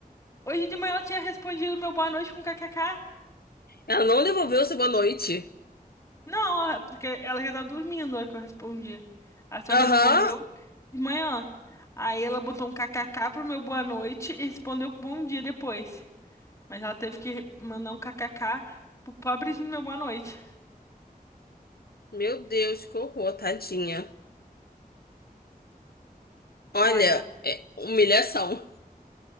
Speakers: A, on the left; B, on the left.
A: Hoje de manhã ela tinha respondido meu boa noite com kkk.
B: Ela não devolveu sua boa noite.
A: Não, é porque ela já tava dormindo na hora que eu respondi. Ela só
B: Aham.
A: respondeu de manhã. Aí ela botou um kkk pro meu boa noite e respondeu com bom dia depois. Mas ela teve que mandar um kkk pro pobrezinho do meu boa noite.
B: Meu Deus, que horror, tadinha. Olha,
A: Olha,
B: é humilhação.